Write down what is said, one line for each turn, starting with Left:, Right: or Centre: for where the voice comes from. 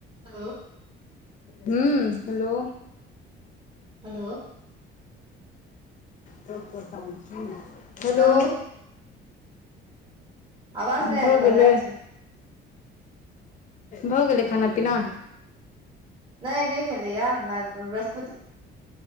Right: हेलो
Left: हूंम्म हेलो
Right: हेलो
Left: त करता छै ने <unintelligible> हेलो
Right: कहू आवाज नहि
Left: भऽ
Right: आबि रहल
Left: गेलै
Right: अछि
Left: भऽ गेलै खाना पीना
Right: नहि नहि भेलैये <unintelligible>